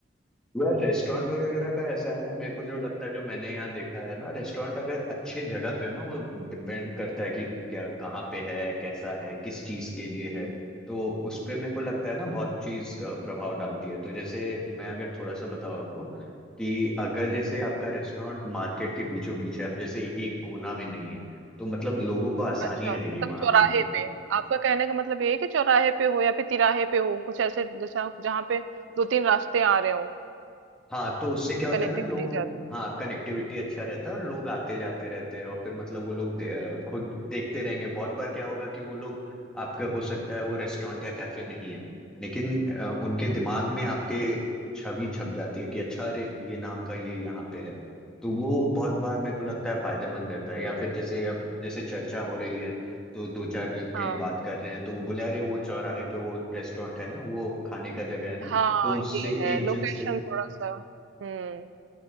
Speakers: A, in the centre; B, on the right.
A: यार रेस्टोरेंट वगैरह का ऐसा है ना मेरे को जो लगता है जो मैंने यहाँ देखा है ना रेस्टोरेंट अगर अच्छे जगह पे हो ना वो डिपेंड करता है कि क्या कहाँ पे है कैसा है किस चीज के लिए है तो उस पे मेरे को लगता है ना बहुत चीज अ, प्रभाव डालती है तो जैसे मैं अगर थोड़ा सा
B: हम्म।
A: बताऊँ आपको कि अगर जैसे आपका रेस्टोरेंट मार्केट के बीचों बीच है अब जैसे एक कोना में नहीं है तो मतलब लोगों को आसानी
B: अच्छा
A: रहेगी
B: मतलब
A: वहां
B: चौराहे
A: आने की
B: पे आपका कहने का मतलब ये है कि चौराहे पे हो या फिर तिराहे पे हो कुछ ऐसे जैसे आप जहाँ पे दो तीन रास्ते आ रहे हो
A: हाँ तो उससे क्या होता
B: कनेक्टिविटी
A: है ना लोग
B: जाती
A: हाँ कनेक्टिविटी अच्छा रहता है और लोग आते जाते रहते हैं और फिर मतलब वो लोग दे, अ, खुद देखते रहेंगे बहुत बार क्या होगा कि वो लोग आपका हो सकता है वो रेस्टोरेंट या कैफे नहीं है लेकिन अ, उनके दिमाग
B: है
A: में आपके छवि छप जाती है कि अच्छा अरे ये नाम का ये यहाँ पे है तो वो बहुत बार मेरे को लगता है फायदेमंद रहता है या फिर जैसे अब जैसे चर्चा हो रही है तो दो चार जन कहीं
B: हाँ,
A: बात कर रहे हैं तो वो बोले अरे वो चौराहे पे वो रेस्टोरेंट है ना वो खाने का जगह है ना
B: हाँ,
A: तो उनसे
B: ये है
A: एक
B: लोकेशन
A: जन से
B: थोड़ा-सा हुँ।